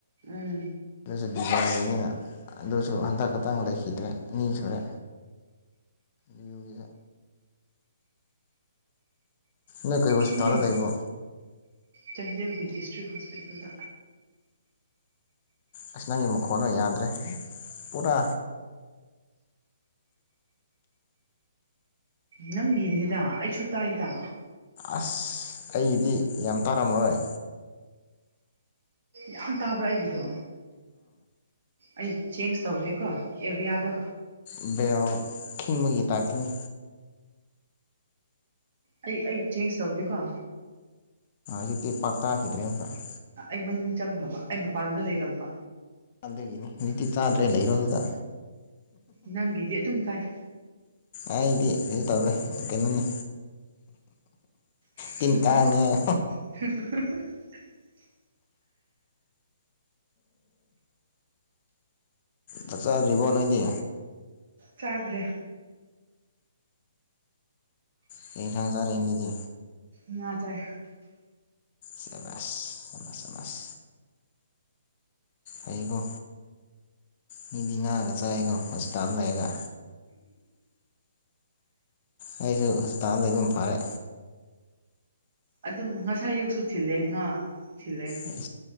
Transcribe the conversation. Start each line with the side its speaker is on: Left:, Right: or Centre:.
Right: ꯎꯝ
Left: ꯑꯗꯨꯁꯨ ꯗꯤꯖꯥꯏꯒꯤꯅꯤꯅ ꯑꯗꯨꯁꯨ ꯍꯟꯗꯛ ꯈꯛꯇꯪ ꯂꯩꯈꯤꯗ꯭ꯔꯦ ꯑꯅꯤ ꯁꯨꯔꯦ ꯌꯌꯨꯒꯤ ꯅꯣꯏ ꯀ ꯍꯣꯁꯄꯤꯇꯥꯜꯗ
Right: ꯍꯣꯏ
Left: ꯂꯩꯕ
Right: ꯆꯥꯟꯗꯦꯜꯒꯤ ꯗꯤꯁꯇ꯭ꯔꯤꯛ ꯍꯣꯁꯄꯤꯇꯥꯜꯗ
Left: ꯑꯁ ꯅꯪꯒꯤ ꯃꯈꯣꯟꯅꯣ ꯌꯥꯗ꯭ꯔꯦ ꯄꯨꯔꯥ
Right: ꯅꯪꯒꯤꯅꯤꯗ ꯑꯩꯁꯨ ꯇꯥꯏꯗ
Left: ꯑꯁ ꯑꯩꯒꯤꯗꯤ ꯌꯥꯝ ꯇꯥꯔꯝꯔꯣꯏ
Right: ꯌꯥꯝ ꯇꯥꯕ꯭ꯔꯥ ꯑꯩꯒꯤꯗꯣ ꯑꯩ ꯆꯦꯟꯖ ꯇꯧꯒꯦꯀꯣ ꯑꯦꯔꯤꯌꯥꯗꯣ
Left: ꯎ ꯈꯤꯤꯡꯕꯒꯤ ꯇꯥꯏꯞꯇꯅꯤ
Right: ꯑꯩ ꯑꯩ ꯆꯦꯟꯖ ꯇꯧꯒꯦꯨꯀꯣ
Left: ꯖꯤꯛꯇꯤ ꯄꯥꯛꯇꯈꯤꯗ꯭ꯔꯦ ꯑꯃꯨꯛ
Right: ꯑꯩ ꯃ ꯆꯪꯈꯕ ꯑꯩ ꯃꯄꯥꯟꯗ ꯂꯩꯔꯝꯕ
Left: ꯀꯩꯒꯤꯅꯣ ꯍꯧꯖꯤꯛꯇꯤ ꯇꯥꯗ꯭ꯔꯦ ꯂꯩꯔꯣꯗꯨꯗ
Right: ꯅꯪꯒꯤꯗꯤ ꯑꯗꯨꯝ ꯇꯥꯏ
Left: ꯑꯩꯗꯤ ꯑꯗꯨ ꯇꯧꯔꯦ ꯀꯩꯅꯣꯅꯤ
Right: <unintelligible>
Left: ꯇꯤꯟ ꯀꯥꯡꯅꯦ ꯆꯥꯛ ꯆꯥ꯭ꯔꯤꯕꯣ ꯅꯗꯤ
Right: ꯆꯥꯈ꯭ꯔꯦ
Left: ꯀ ꯏꯟꯁꯥꯡ ꯆꯥꯔꯛꯒꯤꯗꯤ
Right: ꯉꯆꯥꯏ
Left: ꯆꯦꯃꯁꯃꯦꯃꯁ ꯑꯩꯩꯀꯣ ꯃꯤꯗꯤ ꯉꯥꯛꯑꯒ ꯆꯥꯏꯀꯣ ꯍꯣꯁꯄꯤꯇꯥꯜ ꯂꯩꯔꯒ ꯑꯩꯁꯨ ꯍꯣꯁꯄꯤꯇꯥꯜ ꯂꯩꯕ ꯑꯃ ꯐꯥꯔꯦ
Right: ꯑꯗꯨꯝ ꯉꯁꯥꯏ ꯌꯨꯛꯁꯨ ꯊꯤꯜꯂꯦ ꯉꯥ ꯊꯤꯜꯂꯦ
Left: ꯎ